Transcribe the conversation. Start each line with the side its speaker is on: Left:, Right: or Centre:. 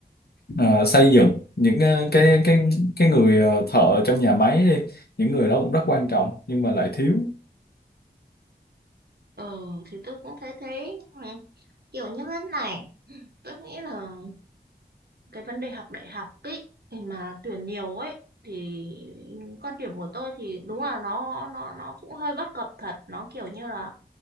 Left: ờ, xây dựng những ờ, cái cái cái người ờ, thợ trong nhà máy đi, những người đó cũng rất quan trọng nhưng mà lại thiếu
Right: ờ thì tôi cũng thấy thế ừ, kiểu như thế này tôi nghĩ là cái vấn đề học đại học ấy mà tuyển nhiều ấy thì quan điểm của tôi thì đúng là nó nó nó cũng hơi bất cập thật nó kiểu như là